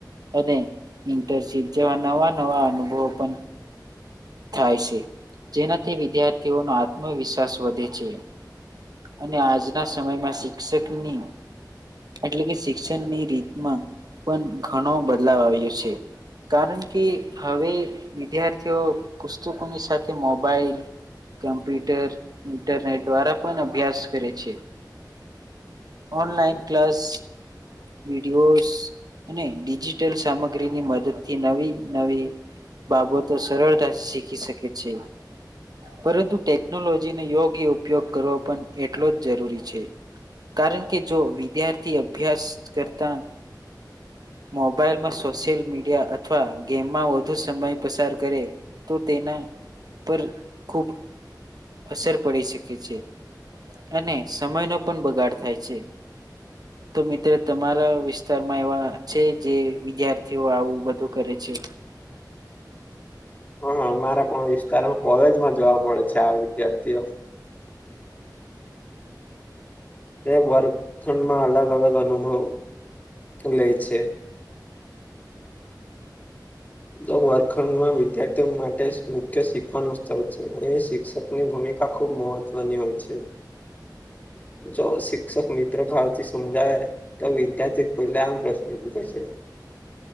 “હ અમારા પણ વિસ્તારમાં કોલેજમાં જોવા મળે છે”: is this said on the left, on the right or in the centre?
Left